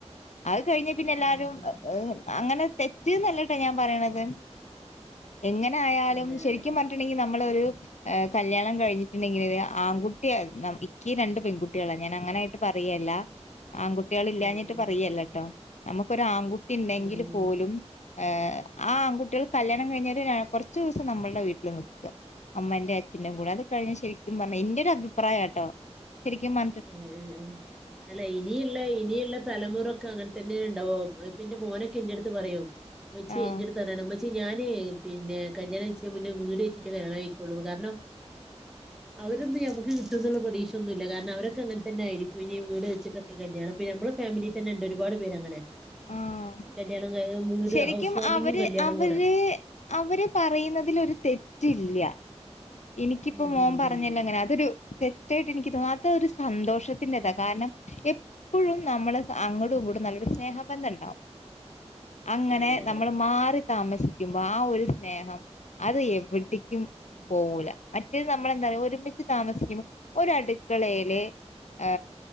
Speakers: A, on the left (about 85°); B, in the centre.
A: അത് കഴിഞ്ഞ പിന്നെ എല്ലാരും
B: അതെ അതെ
A: അങ്ങനെ അഹ് ഹ് തെ റ്റ് അല്ലട്ടാ ഞാൻ പറയണത് എങ്ങനെ ആയാലും
B: അതെ
A: ശേരിക്കും
B: അതെ
A: പറഞ്ഞ ണ്ടുണ്ടെങ്കി നമ്മള് ഒരു കല്യാണം കഴി എനിക്ക് ഇണ്ടാങ്കില് ആൺകുട്ടിയ ഇക്കി രണ്ട് പെൺകുട്ടികളാ ഞാൻ അങ്ങനെ ആയിട്ട് പറയല്ലാ ആൺകുട്ടിളെ ഇല്ലാഞ്ഞിട്ട്
B: ഉം ഉം
A: പറയല്ലോട്ടോ നമുക്കൊരു ആൺകുട്ടി ഇണ്ടെങ്കിൽ
B: ഉം
A: പോലും. ഏഹ് ആ ആൺകുട്ടിള് കല്യാണം കഴിഞ്ഞാല് കൊറച്ചു ദിവസം നമ്മൾടെ വീട്ടില് നിക്കാ. അമ്മേന്റെം അച്ഛന്റെം കൂടെ അത് കഴിഞ്ഞ ശരിക്കും പറഞ്ഞ എന്റെ ഒരു അഭിപ്രായം ആട്ടോ ശരിക്കും പ
B: ഉം ഉം ഉംമ് അല്ല ഇനിയുള്ള ഇനിയുള്ള തലമുറ ഇക്ക് അങ്ങനെ തന്നെ ഉണ്ടാവോ ഇപ്പ ഇന്റെ മോനൊക്കെ എന്റെടുത്ത് പറയും. ഉമ്മച്ചി
A: ആഹ്
B: എന്റാടുത്ത് പറയണ് ഉമ്മച്ചി ഞാന് പിന്നെ കല്യാണം കഴിച്ച് മുന്നേ വീട് കൊറ്റിട്ട് കല്യാണം കഴിക്കൊള്ളൂന്ന്. കാരണം അവരൊന്നും ഞമ്മക്ക് കിട്ടുന്നുള്ള പ്രതീക്ഷയൊന്നുല്ല കാരണം അവരൊ ഒക്കെ അങ്ങനെ തന്നെയായിരിക്കും ഇനി വീട് വെച്ചിട്ടൊക്കെ കല്യാണം ഇപ്പ നമ്മളെ ഫാമിലിയിൽ തന്നെ ഇണ്ട് ഒരുപാട്. ങ്ങനെ
A: ആഹ്
B: കല്യാണം കാ വീട്
A: ശരിക്കും
B: ഹൗസ് വാമിങ്ങും
A: അവര്
B: കല്യാണം
A: അവര്
B: കൂടെ
A: അവര് പറയുന്നതിലും ഒരു തെറ്റില്ല. എനിക്കിപ്പോ
B: ഉം
A: മോൻ
B: ഉം
A: പറഞ്ഞല്ലോ
B: ഉം ഉം
A: ഇങ്ങനെ അതൊരു തെ ത്യായിട്ട് എനിക്ക് തോന്നുന്നു അതൊരു സന്തോഷത്തിന്റെ ഇതാ കാരണം എ എപ്പഴും നമ്മള് അങ്ങാടും ഇങ്ങാടും നല്ലൊരു സ്നേഹബന്ധം ഇണ്ടാവും. അങ്ങനെ
B: അതെ അതെ
A: നമ്മള്
B: അതെ.
A: മാറി താമസിക്കുമ്പോ ആ ഒരു സ്നേഹം അത് എവടിക്കും.
B: ഉം.
A: പോവൂല മറ്റേത് നമ്മളെന്താന്ന് അറിയോ ഒരുമിച്ച് താമസിക്കുമ്പോ ഒരു അടുക്കളേല്. ഏ